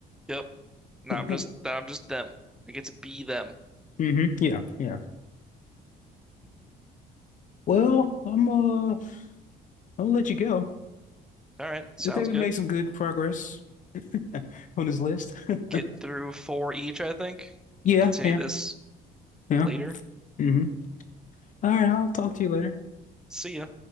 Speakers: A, in the centre; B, on the left.
A: Yep. Now
B: <laughs> hmm
A: I'm just now I'm just them. I get to be them.
B: hmm Yeah, yeah. Well, I'm uh, I'll let you go.
A: All right. Sounds
B: I think we
A: good.
B: made some good progress <laughs> on this list. <laughs>
A: Get through four each, I think.
B: Yeah,
A: Can continue
B: yeah,
A: this
B: yeah.
A: later.
B: hmm All right, I'll talk to you later.
A: See ya.